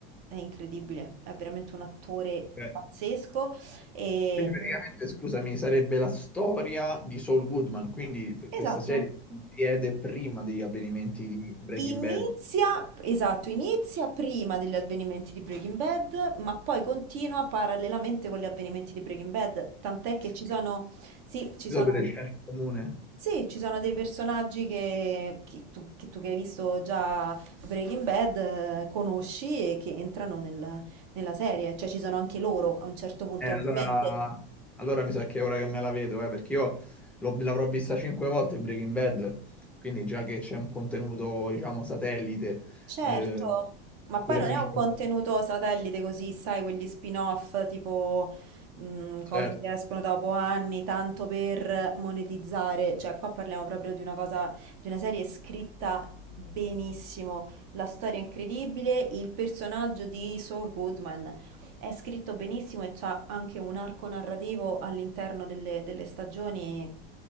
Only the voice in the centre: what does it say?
Ok.
Quindi praticamente, scusami, sarebbe la storia di Saul Goodman, quindi questa
serie si vede prima degli avvenimenti di Breaking
Bad.
Ci
sono
delle scene in comune.
Eh, allora,
allora mi sa che è ora che me la vedo, eh, perché io l'ho- l'avrò vista cinque volte Breaking Bad, quindi già che c'è un contenuto, diciamo, satellite,
eh,
pure
si...
Certo.
Certo.